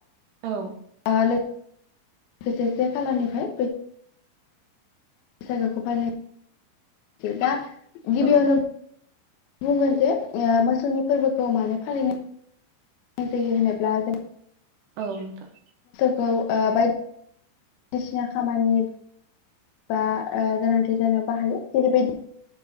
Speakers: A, on the right; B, on the left.
A: औ
B: ओ लोगोसे से खालारनिफ्राय जायगाखौ बानाय दा गिबियावनो
A: औ
B: बुंगोन जे ओ मोसौनि फोरबोखौ मानो फालिनो <unintelligible> होनोब्ला जों।
A: औ नोंथां।
B: औ ओ बायदिसिना खामानि बा ओ गोनांथि जानायाव बाहायो जेरैबायदि